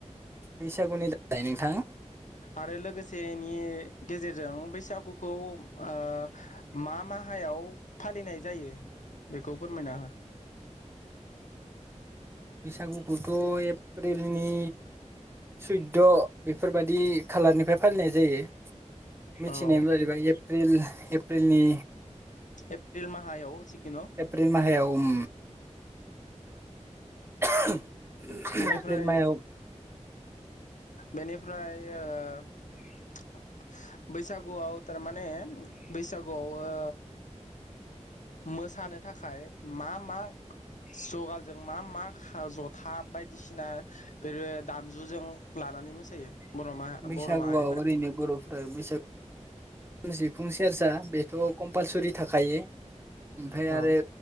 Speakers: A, on the right; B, on the left.
A: बैसागुनि <unintelligible>
B: आरो लोगोसेनि गेजेरजों बैसागुखौ। आ‌ मा माहायाव फालिनाय जायो बेखौ फोरमायना हो?
A: बैसागुखौथ' एप्रिलनि सुटद बेफोरबायदि खालारनिफ्राय फालिनाय जायो। मिथिनाय
B: औ
A: बायदिब्ला एप्रिल एप्रिलनि
B: एप्रिल माहायाव सिखुनु
A: एप्रिल माहायाव उम <inaudible>
B: बेनिफ्राय
A: एप्रिल माहायाव
B: बेनिफ्राय ओ बैसागु गुआव थार मा माने बैसागुआव ओ <inaudible> मोसानो थाखाय मा मा जगालजों मा मा जथा बायदिसिना <unintelligible> दाम जुजों लानानै मोसायो। बर' मा
A: बैसागुआव
B: बर' माहारिफोरा
A: ओरैनो बर'फ्रा बैसागु सिफुं, सेरजा बेथ' कम्पालसरि थाखायो। उमफाय आरो
B: औ